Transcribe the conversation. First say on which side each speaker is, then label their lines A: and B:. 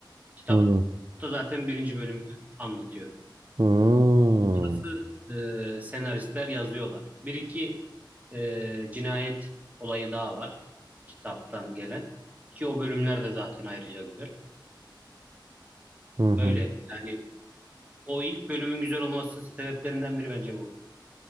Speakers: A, on the right; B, on the right.
A: Kitap
B: ben.
A: da zaten birinci bölümü anlatıyor.
B: Hmm.
A: Nasıl e, senaristler yazıyorlar. Bir iki e, cinayet olayı daha var kitaptan gelen. Ki o bölümler de zaten ayrıca güzel.
B: Hı hı.
A: Öyle. Yani o ilk bölümün güzel olmasının sebeplerinden biri bence bu.